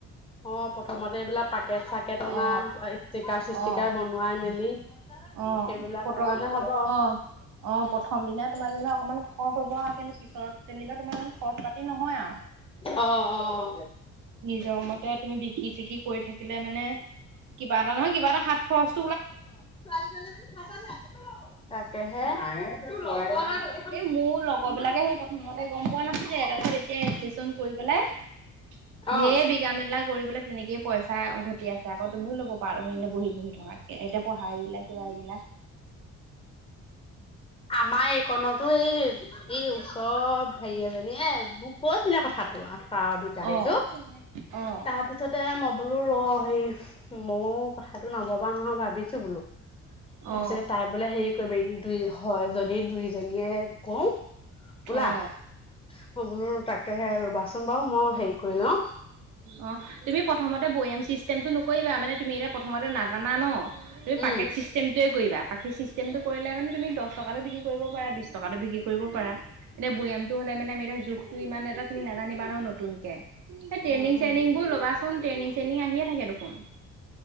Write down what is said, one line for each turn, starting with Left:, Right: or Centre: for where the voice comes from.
Left: অ' প্ৰথমতে এইবিলাক পাকেট চাকেট অনা
Right: অ
Left: ষ্টিকাৰ চিষ্টিকাৰ
Right: অ
Left: বনোৱাই মেলি
Right: অ'
Left: সেইবিলাক
Right: পত
Left: কাৰণে হ'ব
Right: অ' অ' প্ৰথম দিনা তোমাৰ যে অকমান খৰ হ'ব কিন্তু পিছত যেনিবা তোমাৰ ইমান খৰচ পাতি নহয় আৰু
Left: অ' অ'।
Right: নিজৰ মতে তুমি বিকি চিকি কৰি থাকিলে মানে কিবা এটা নহয় কিবা এটা সাত খৰচ
Left: ছোৱ ন তাকেহে।
Right: এই মোৰ লগৰবিলাকে সেই প্ৰথমতে গম পোৱা নাছিলে তাৰপিছত এতিয়া ৰেজিষ্ট্ৰেশচন কৰি পেলাই
Left: অ',
Right: ধঢেৰ বিঘা মেলা কৰিবলৈ তেনেকেইে পইচা ঘট আছে আকৌুমিও ল'ব পাৰানে বহি বহি থকাতকে এতিয়া পঢ়া এৰিলা কিবা এৰিলা।
Left: আমাৰ এইকণতো এই এই চব হেৰি এজনী এ মোক কৈছিলে কথাটো আঠা বিকাাহীটো।
Right: অ অ
Left: তাৰ পিছতে ম বোলো ৰ হে ময় কথাটো নভবা নহয় ভাবিছো বোলো। তাৰপিছতে
Right: অ
Left: তাই বোলে হেৰি কৰিব দুই হয় যদি দুইজনীয়ে কওঁ। ওলা,
Right: অ
Left: অ' বোলো তাকেহে ৰুবাচোন বাৰু মই হেৰি কৰি লওঁ
Right: অ' তুমি প্ৰথমতে বৈ আম চিষ্টেমটো নকৰিবা মানে তুমি এতিয়া প্ৰথমতে নাজানা ন, তুমি
Left: উম।
Right: পাকেট চিষ্টেমটো কৰিবা বাকী চিষ্টেমটো কৰিলে মানে তুমি দহ টকাটো বিক্ৰী কৰিব পাৰা বি টকাাতটো বিক্ৰী কৰিব পাৰা, এনে বৈয়ামটো হলে মানে মিৰা জোখতটো ইমান এটা তুমি নাজানিবা ন নতুনকে। এই ট্ৰেইনিং
Left: উম, উম।
Right: চেইনিং বোৰ ল'বাচোন ট্ৰেইনিং চেইনিং আহিয়ে থাকে দেখোন।